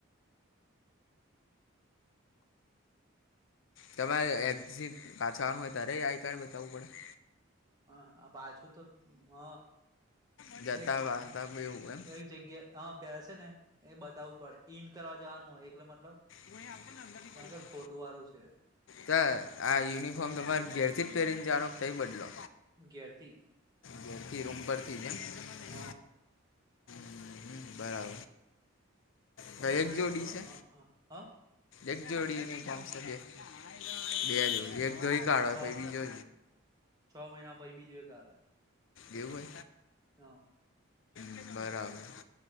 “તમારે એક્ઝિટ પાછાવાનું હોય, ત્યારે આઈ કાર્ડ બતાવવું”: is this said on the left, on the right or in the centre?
Left